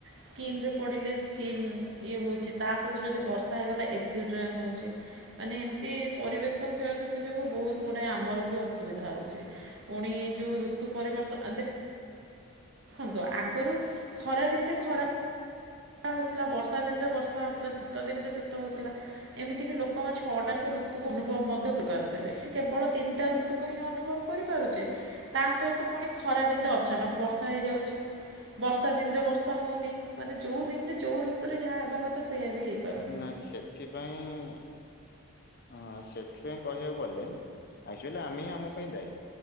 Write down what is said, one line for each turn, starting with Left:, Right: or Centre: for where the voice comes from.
Right: ସ୍କିିନ୍ରେ ପଡ଼ିଲେ ସ୍କିନ୍ ଇଏ ହଉଚି, ତା ସହିତ ଯଦି ବର୍ଷା ହେଇଗଲା ଏସିଡ଼ରେନ୍ ହଉଚି। ମାନେ ଏମିତି ପରିବେଶ କ୍ଷୟକ୍ଷତି ଯୋଗୁ ବହୁତ ଗୁଡାଏ ଆମର ବି ଅସୁବିଧା ହଉଚି। ପୁଣି ଏଇ ଯୋଉ ଋତୁ ପରିବର୍ତ୍ତନ ଆ ଦେ ଦେଖନ୍ତୁ ଆଗରୁ ଖରା ଦିନରେ ଖରା ହଉଥିଲା। ବର୍ଷା ଦିନରେ ବର୍ଷା ହଉଥିଲା। ଶୀତ ଦିନରେ ଶୀତ ହଉଥିଲା। ଏମିତି କିି ଲୋକମାନେ ଛଅଟା କା ଋତୁ ଅନୁଭବ ମଧ୍ୟ କରିପାରୁଥିଲେ। କେବଳ ତିନିଟା ଋତୁକୁ ହିଁ ଅନୁଭବ କରିପାରୁଚେ। ତା ସହିତ ପୁଣି ଖରା ଦିନରେ ଅଚାନକ ବର୍ଷ ହେଇଯାଉଚି। ବର୍ଷା ଦିନରେ ବର୍ଷା ହଉନି। ମାନେ ଦିନି ଯଉ ଋତୁରେ ଯାହା ହେବା କଥା ସେଇଆ ବି ହେଇପାରୁନି।
Left: ନା ସେଥିପାଇଁ ହଁ ସେଥିପାଇଁ କହିବାକୁ ଗଲେ ଏକ୍ଟୁଅଲି ଆମେ ହିଁ ଆମ ପାଇଁ ଦାୟୀ।